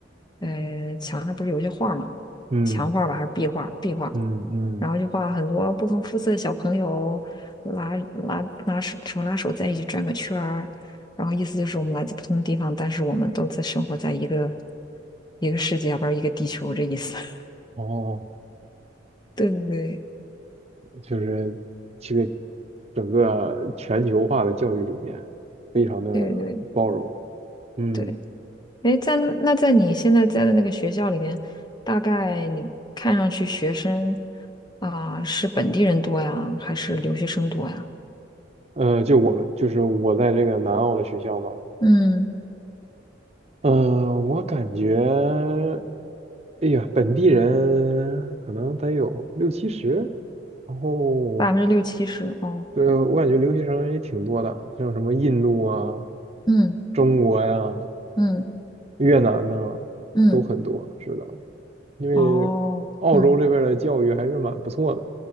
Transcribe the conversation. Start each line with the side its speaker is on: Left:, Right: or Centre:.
Left: 呃，墙上不是有一些画儿嘛，
Right: 嗯
Left: 墙画儿吧还是壁画儿壁画儿
Right: 嗯嗯，
Left: 然后就画很多不同肤色的小朋友拉拉拉手手拉手在一起转个圈儿，然后意思就是我们来自不同的地方，但是我们都在生活在一个一个世界，要不是一个地球这意思。<laughs>
Right: 哦，
Left: 对对
Right: 就是这个整个全球化的教育理念非常的包容。
Left: 对对对
Right: 嗯，
Left: 对。哎，在那在你现在在的那个学校里边，大概你看上去学生啊、是本地人多呀，还是留学生多呀？
Right: 呃，就我们就是我在这个南澳的学校嘛，
Left: 嗯，
Right: 嗯，我感觉，哎呀，本地人可能得有六七十，然后，
Left: 百分之六七十哦，
Right: 对，我感觉留学生也挺多的，像什么印度啊、
Left: 嗯
Right: 中国呀、
Left: 嗯
Right: 越南呐、
Left: 嗯，
Right: 都很多，是的，因为澳洲这边儿的教育还是蛮不错的。
Left: 哦，嗯。